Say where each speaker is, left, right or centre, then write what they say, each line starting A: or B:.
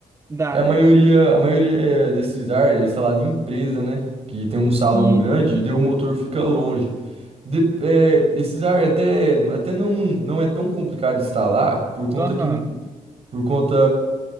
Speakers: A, on the right; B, on the right.
A: dá,
B: E a
A: né?
B: maioria, a maioria é desses ar é instalado em empresa, né? Que tem um salão
A: Sim,
B: grande
A: sim.
B: e daí o motor fica longe. De- é, esses ar até, até não, não é tão complicado de instalar por conta
A: Aham.
B: que, não- por conta